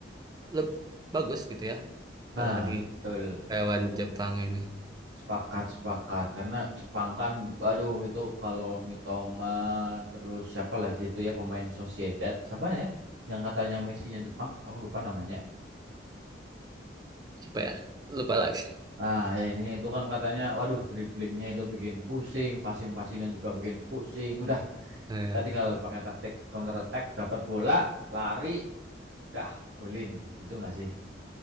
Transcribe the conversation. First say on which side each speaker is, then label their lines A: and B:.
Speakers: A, on the right; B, on the right.
A: leb- bagus gitu ya apalagi
B: Nah, betul.
A: lawan Jepang ini
B: Sepakat, sepakat. Karena Jepang kan, waduh itu kalau Mitoma, terus siapa lagi itu ya pemain Sociedad, siapa ya? Yang katanya Messi-nya Jepang, aku lupa namanya.
A: siapa ya lupa lagi
B: Nah, ya ininya itu kan katanya, waduh dribblingnya itu bikin pusing, passing-passingnya juga bikin pusing. Udah,
A: eh
B: kita tinggal pakai taktik counter attack, dapat bola, lari, Dah, golin gitu nggak sih?